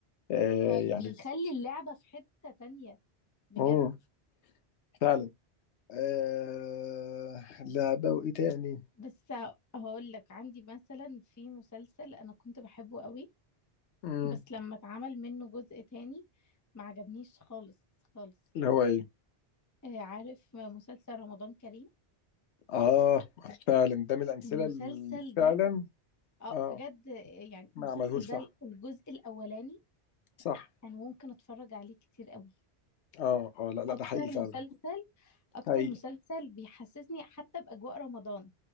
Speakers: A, on the left; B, on the left.
A: آه
B: فبيخلي
A: يعني
B: اللعبه في حته تانية بجد
A: امم فعلا آه لعبه وايه تاني
B: بس هقول لك عندي مثلا في مسلسل انا كنت بحبه قوي
A: امم
B: بس لما اتعمل منه جزء تاني ما عجبنيش خالص خالص
A: اللي هو ايه
B: آه، عارف مسلسل رمضان كريم
A: اه فعلا ده من الامثله
B: المسلسل
A: اللي فعلا
B: ده اه
A: اه
B: بجد يعني
A: ما
B: المسلسل
A: عملهوش
B: ده
A: صح
B: الجزء الاولاني
A: صح
B: انا ممكن اتفرج عليه كتير قوي
A: اه اه لا لا
B: اكتر
A: ده حقيقي فعلا
B: مسلسل اكتر
A: حقيقي
B: مسلسل بيحسسني حتى باجواء رمضان